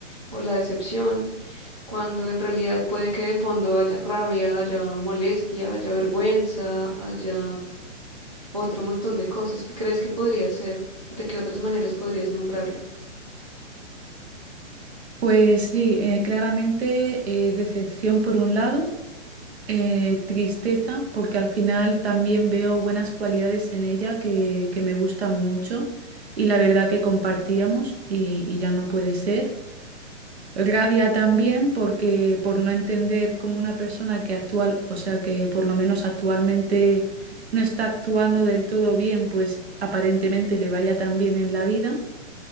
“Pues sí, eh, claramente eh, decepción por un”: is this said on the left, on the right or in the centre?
Right